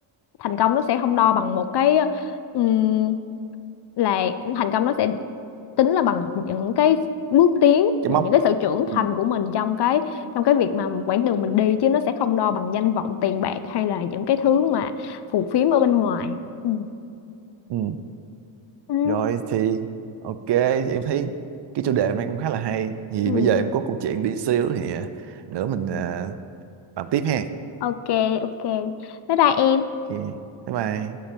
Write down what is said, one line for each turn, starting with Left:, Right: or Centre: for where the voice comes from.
Left: thành công nó sẽ không đo bằng một cái ừm, là thành công nó sẽ tính là bằng những cái bước tiến
Right: cái
Left: và
Right: móc
Left: những cái sự trưởng
Right: ừ
Left: thành của mình trong cái trong cái việc mà quãng đường mình đi chứ nó sẽ không đo bằng danh vọng tiền bạc hay là những cái thứ mà phù phiếm ở bên ngoài ừ.
Right: ừ
Left: Ừ.
Right: rồi thì ok thì em thấy cái chủ đề hôm nay cũng khá là hay thì
Left: Ừ.
Right: bây giờ em có câu chuyện đi xíu thì à, nữa mình à, bàn tiếp ha
Left: ok ok bye bye em
Right: ok bye bye